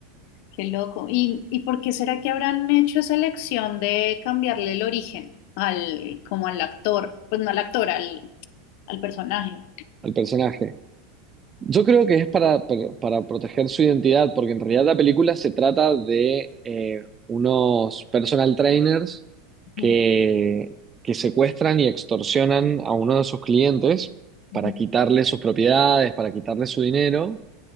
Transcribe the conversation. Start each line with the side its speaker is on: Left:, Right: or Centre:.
Left: qué loco. ¿Y, y por qué será que habrán hecho esa elección de cambiarle el origen al, como al actor? Pues no al actor, al, al personaje.
Right: al personaje. Yo creo que es para, para, para proteger su identidad, porque en realidad la película se trata de eh, unos personal trainers que,
Left: Ujú,
Right: que secuestran y extorsionan a uno de sus clientes
Left: ujú.
Right: para quitarle sus propiedades, para quitarle su dinero.